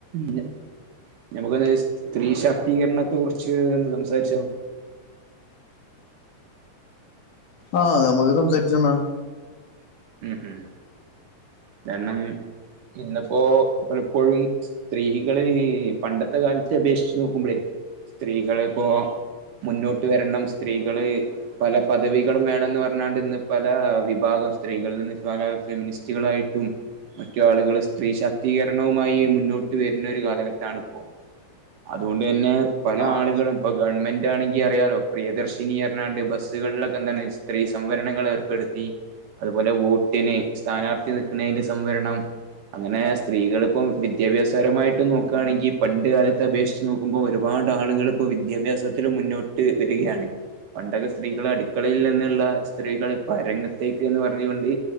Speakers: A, on the right (about 65°); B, on the left (about 60°).
A: ന നമുക്കൊന്ന് സ്ത്രീ ശാക്തീകരണത്തെ കുറിച്ച് ഒന്ന് സംസാരിച്ചോ.
B: ആഹ് നമുക്ക് സംസാരിച്ചാ ന്നാ
A: ഉം ഉം കരണം ഇന്ന്പ്പോ പലപ്പോഴും സ്ത്രീകള് ഈ പണ്ടത്തെ കാലത്തെ അപേക്ഷിച്ച് നോക്കുമ്പോളേ സ്ത്രീകള്പ്പോ മുന്നോട്ട് വരണം സ്ത്രീകള് പല പദവികളും വേണന്ന് പർഞ്ഞാണ്ട് ഇന്ന് പല വിഭാഗം സ്ത്രീകളിൽ നിന്ന് ഇപ്പൊപറഞ്ഞാ ഫെമിനിസ്റ്റുകളായിട്ടും മറ്റു ആളുകള് സ്ത്രീ ശാക്തീകരണവുമായി മുന്നോട്ട് വെര്ണൊരു കാലഘട്ടണ് ഇപ്പോം അതുകൊണ്ട് തന്നെ പല
B: ആഹ്
A: ആളുകളും ഇപ്പൊ ഗവൺമെന്റ് ആണെങ്കി അറിയാലോ പ്രിയദർശിനിഅർഞ്ഞാണ്ട് ബസ്സുകളിലൊക്കെ എന്താണ് സ്ത്രീ സംവരണങ്ങൾ ഏർപ്പെടുത്തി അതുപോലെ വോട്ടിന് സ്ഥാനാർത്ഥി നിൽക്കുന്നതില് സംവരണം അങ്ങനെ സ്ത്രീകള്പ്പം വി ദ്യാഭ്യാസപരമായിട്ടും നോക്കാണെങ്കി ഈ പണ്ട് കാലത്തെ അപേക്ഷിച്ച് നോക്കുമ്പോ ഒരുപാട് ആളുകളിപ്പോ വിദ്യാഭ്യാസത്തിലും മുന്നോ ട്ട് വരികയാണ് പണ്ടൊക്കെ സ്ത്രീകള് അടുക്കളയിൽ നിന്ന്ള്ള സ്ത്രീകൾ ഇപ്പ അരങ്ങത്തേ ക്ക്‌ന്ന് പറഞ്ഞ്കൊണ്ട്